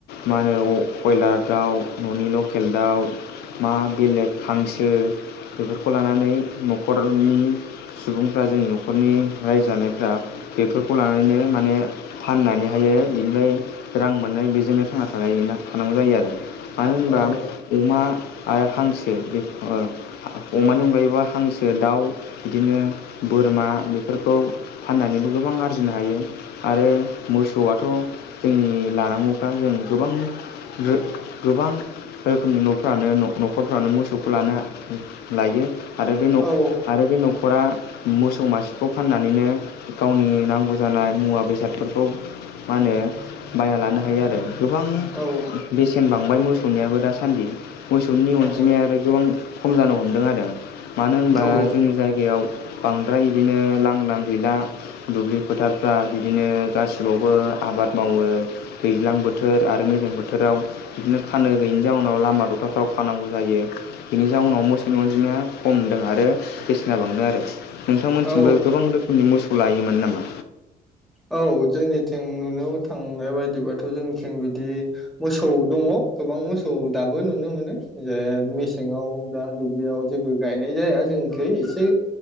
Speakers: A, on the left; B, in the centre.
A: मा होनो कयलार दाउ न'नि लकेल दाउ मा बेलेग हांसो बेफोरख खौ लानानै न'खरनि सुबुंफ्रा जोंनि न'खरनि रायजानायफ्रा बेफोरखौ लानानैनो माने फाननानैहायो बेनिफ्राय रां मोननाय बेजोंनो थांना थानाय थानांगौ जायो आरो मानो होनबा
B: औ
A: अमा आरो हांसो बे अ अमानि अनगायैबा हांसो दाउ बिदिनो बोरमा बेफोरखौ फाननानैबो गोबां आरजिनो हायो आरो मोसौआथ' जोंनि लानांगौखा जों गोबां रोख गोबां रोखोमनि न'फ्रानो न'खरफ्रानो मोसौखौ लानो लायो आरो बे नख
B: औ
A: आरो बे न'खर नखरा मोसौ मासेखौ फाननानैनो गावनि नांगौ जानाय मुवा बेसादफोरखौ मा होनो बायना लानो हायो आरो गोबां
B: औ
A: बेसेन बांबाय मोसो नियाबो दासान्दि मोसौनि अनजिमाया
B: औ
A: आरो गोबां खम जानो हम दों आरो मानो होनबा
B: औ
A: जोंनि जायगायाव बांद्राय बिदिनो लांदां गैला दुब्लि फोथारफ्रा बिदिनो गासिबावबो आबाद मावो दैज्लां बोथोर आरो मेजें बोथोराव बिदिनो खानो गैयिनि जाउनाव लामा दथाफ्राव खानांगौ जायो बेनि जाउनाव मोसौ नि अनजिमाया खमदों आरो बेसेना बांदों आरो नोंथांमोनसिमबो
B: औ
A: गोबां रोखोमनि मोसौ खौ लायोमोन नामा
B: औ जोंनिथिं नुनो थांनाय बायदिबाथ' जोंनिथिं बिदि मोसौ दङ गोबां मोसौ दाबो नुनो मोनो जे मेसेङाव दा दुब्लियाव जेबो गायनाय जाया जोंनिख एसे